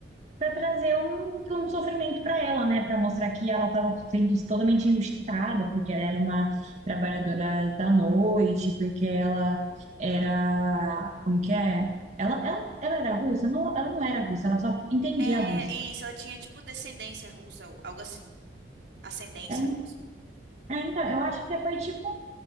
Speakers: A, on the right; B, on the right.
A: para trazer um, um sofrimento para ela, né? Para mostrar que ela estava sendo totalmente injustiçada, porque ela era uma trabalhadora da noite, porque ela era. Como que é? Ela, ela, ela era russa? Não, ela não era russa, ela só entendia
B: É,
A: russo.
B: e isso, ela tinha tipo descendência russa, ou algo assim, ascendência,
A: É,
B: algo assim.
A: é, então, eu acho que foi tipo